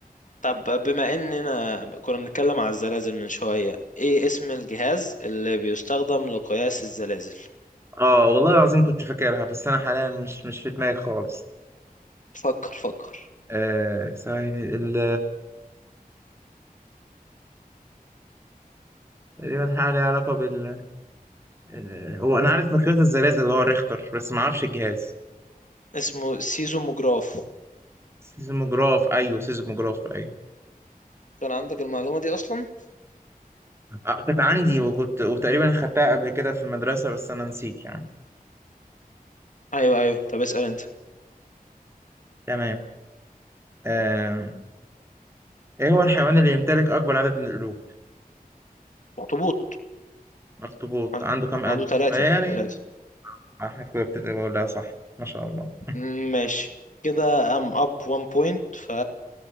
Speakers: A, on the left; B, on the right.
A: طب بما اننا كنا بنتكلم على الزلازل من شوية ايه اسم الجهاز اللي بيستخدم لقياس الزلازل
B: اه والله العظيم كنت فاكرها بس انا حاليا مش مش في دماغي خالص
A: فكر فكر
B: آه ثواني ال تقريبا حاجه ليها علاقه بال ال- هو انا عارف مقياس الزلازل اللي هو الريختر بس ما اعرفش الجهاز
A: اسمه سيزوموجراف
B: سيزموجراف ايوه سيزموجراف ايوه
A: كان عندك المعلومة دي اصلا
B: آه، كانت عندي وكنت وتقريبا خدتها قبل كده في المدرسه بس انا نسيت يعني
A: ايوه ايوه طب اسأل انت
B: تمام آه. ايه هو الحيوان اللي يمتلك اكبر عدد من القلوب
A: اخطبوط.
B: اخطبوط
A: عن...
B: عنده كام قلب
A: عنده ثلاثة
B: يعني
A: ثلاثة
B: احنا كنا بتبقى بقولها صح ما شاء الله
A: مم، ماشي كده ام اب 1 بوينت ف